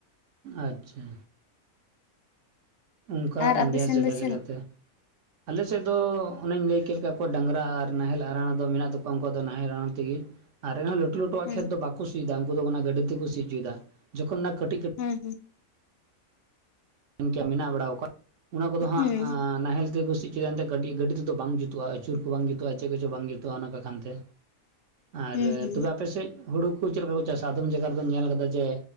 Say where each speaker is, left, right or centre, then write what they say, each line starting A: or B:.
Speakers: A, on the right; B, on the left.
A: ᱟᱪᱪᱷᱟ ᱚᱱᱠᱟ
B: ᱟᱨ
A: ᱠᱟᱱ
B: ᱟᱯᱮ
A: ᱜᱮᱭᱟ
B: ᱥᱮᱱ
A: ᱡᱟᱜᱟ
B: ᱫᱚ ᱪᱮᱫ
A: ᱡᱟᱜᱟ
B: ᱞᱮᱠᱟ
A: ᱛᱮ᱾ ᱟᱞᱮ ᱥᱮᱫ ᱫᱚ ᱚᱱᱮᱧ ᱞᱟᱹᱭ ᱠᱮᱫ ᱠᱮᱫ ᱞᱮᱠᱟ ᱰᱟᱝᱨᱟ ᱟᱨ ᱟᱱᱦᱮᱞ ᱟᱸᱨᱟᱬ ᱫᱚ ᱢᱮᱱᱟᱜ ᱛᱟᱠᱚᱣᱟ ᱩᱱᱠᱩ ᱣᱟᱜ ᱫᱚ ᱱᱟᱦᱮᱞ ᱟᱸᱨᱟᱬ ᱛᱮᱜᱮ, ᱟᱨ ᱮᱱᱦᱚᱸ ᱞᱟᱹᱴᱩ ᱞᱟᱹᱴᱩᱣᱟᱜ
B: ᱦᱩᱸ
A: ᱠᱷᱮᱛ ᱫᱚ ᱵᱟᱠᱩ ᱥᱤᱭᱮᱫᱟ ᱩᱱᱠᱩ ᱫᱚ ᱚᱱᱟ ᱜᱟᱹᱰᱤ ᱛᱮᱠᱚ ᱥᱤ ᱚᱪᱚᱭᱮᱫᱟ ᱡᱚᱠᱷᱚᱱ ᱚᱱᱟ ᱠᱟᱹᱴᱤᱡ ᱠᱟᱹᱴᱤᱡ ᱠᱟᱹᱴᱤ,
B: ᱦᱩᱸ ᱦᱩᱸ
A: ᱢᱮᱱ ᱠᱮᱭᱟᱢ ᱢᱮᱱᱟᱜ ᱵᱟᱲᱟᱣ ᱠᱟᱫ ᱚᱱᱟ ᱠᱚᱫᱚ ᱦᱟᱸᱜ-ᱟᱸ
B: ᱦᱩᱸ
A: ᱱᱟᱦᱮᱞ ᱛᱮᱠᱚ ᱥᱤ ᱚᱪᱚ ᱭᱮᱫᱟ ᱱᱚᱛᱮ ᱜᱟᱹᱰᱤ ᱜᱟᱹᱰᱤ ᱛᱮᱫᱚ ᱵᱟᱝ ᱡᱩᱛᱩᱜ-ᱟ ᱟᱹᱪᱩᱨ ᱠᱚ ᱵᱟᱝ ᱡᱩᱛᱩᱜ-ᱟ ᱪᱮᱫ ᱠᱚᱪᱚᱝ ᱵᱟᱝ ᱡᱩᱛᱩᱜ-ᱟ ᱚᱱᱟ ᱠᱚ ᱠᱷᱚᱱ ᱛᱮ,
B: <inaudible>
A: ᱟᱨ
B: ᱦᱩᱸ
A: ᱛᱚᱵᱮ ᱟᱯᱮ ᱥᱮᱫ ᱦᱩᱲᱩ ᱠᱚ ᱪᱮᱫ ᱞᱮᱠᱟ ᱠᱚ ᱪᱟᱥᱟ ᱟᱫᱷᱚᱱ ᱡᱟᱭᱜᱟ ᱨᱮᱫᱚ ᱧᱮᱞ ᱟᱠᱟᱫᱟ ᱡᱮ